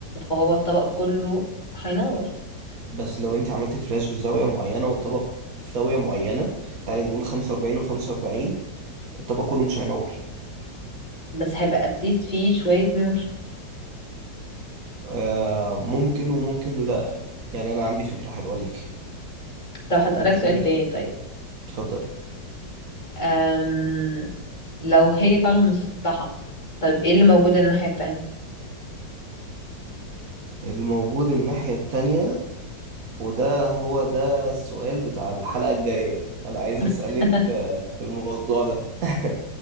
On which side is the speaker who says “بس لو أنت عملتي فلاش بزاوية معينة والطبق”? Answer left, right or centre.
Right